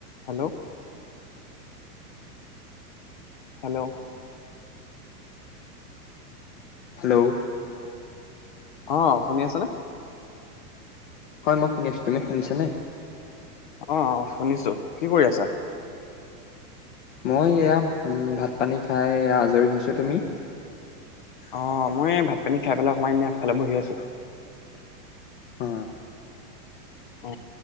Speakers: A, on the left; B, on the left.
A: Hello. Hello.
B: Hello.
A: অ শুনি আছানে?
B: হয় মই শুনি আছো। তুমি শুনিছানে?
A: অ' অ' শুনিছো। কি কৰি আছা?
B: মই এয়া উ ভাত পানী খাই আজৰি হৈছো। তুমি?
A: অ মই ভাত পানী খাই পেলাই অকণমান আগফালে বহি আছো।
B: হুম
A: অ